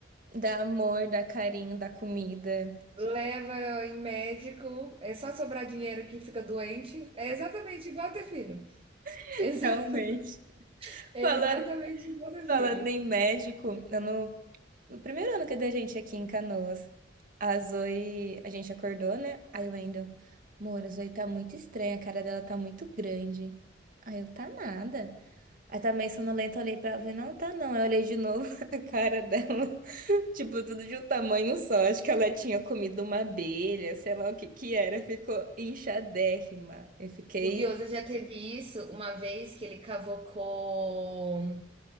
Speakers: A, on the right; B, on the right.
A: dá amor, dá carinho, dá comida.
B: Leva em médico, é só sobrar dinheiro que fica doente. É exatamente igual ter filho.
A: <laughs>
B: Exa
A: Realmente.
B: <laughs> é
A: Falando
B: exatamente igual ter filho.
A: Falando em médico, eu no, no primeiro ano que da gente aqui em Canoas, a Zoe, a gente acordou, né? Aí o Wendel, amor, a Zoe tá muito estranha, a cara dela tá muito grande. Aí eu, tá nada. Aí tá meio sonolenta, eu olhei pra ela, e falei, não, tá não. Aí eu olhei de novo <laughs> a cara dela, <laughs> tipo, tudo de um tamanho só. Acho que ela tinha comido uma abelha, sei lá o que que era, ficou inchadérrima. Eu fiquei...
B: O Guioza já teve isso uma vez que ele cavocou